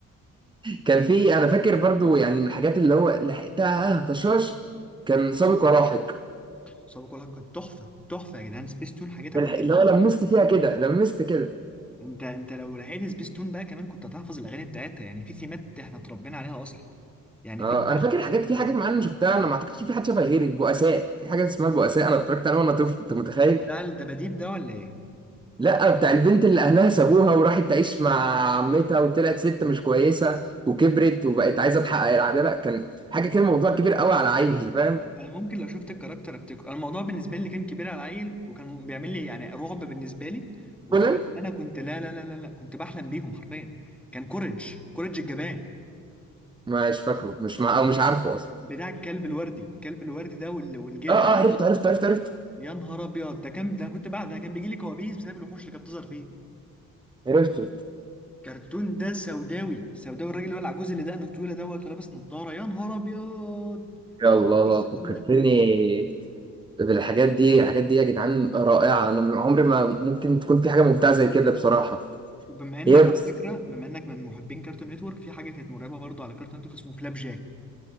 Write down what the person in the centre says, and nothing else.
صعب كلها كانت تحفه تحفه يا جدعان سبيس تون حاجاتها
كلها
تحفه
انت انت لو لحقت سبيس تون بقى كمان كنت هتحفظ الاغاني بتاعتها يعني في ثيمات احنا اتربينا عليها اصلا يعني
في ثيمات
مثلا
بتاع الدباديب ده ولا ايه
انا ممكن لو شفت الكاركتر افتكر أنا الموضوع بالنسبه لي كان كبير على العيل وكان بيعمل لي يعني رعب بالنسبه لي وفاكر
ان انا كنت لا لا لا لا لا كنت بحلم بيهم حرفيا كان كوريج كوريج الجبان
بتاع الكلب الوردي الكلب الوردي ده وال- والجد
يا نهار ابيض ده كان ده كنت بعد ده كان بيجي لي كوابيس بسبب الوحوش اللي كانت بتظهر فيه
كرتون ده سوداوي سوداوي الراجل اللي هو العجوز اللي دقنه طويله دوت ولابس نضاره يا نهار ابيض
ما عندوش سنان
وبما انك
على فكره بما انك من محبين كارتون نتورك في حاجه كانت مرعبه برضو على كارتون نتورك اسمه فلاب جاك